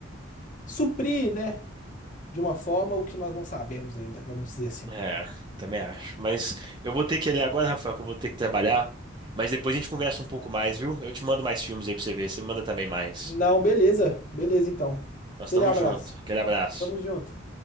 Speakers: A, on the left; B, on the right.
A: suprir, né? De uma forma o que nós não sabemos ainda, vamos dizer assim.
B: É, também acho. Mas eu vou ter que ir ali agora, Rafael, que eu vou ter que trabalhar. Mas depois a gente conversa um pouco mais, viu? Eu te mando mais filmes aí pra você ver. Você manda também mais.
A: Não, beleza, beleza então.
B: Nós
A: Aquele
B: estamos
A: abraço.
B: juntos. Aquele abraço.
A: Tamo junto.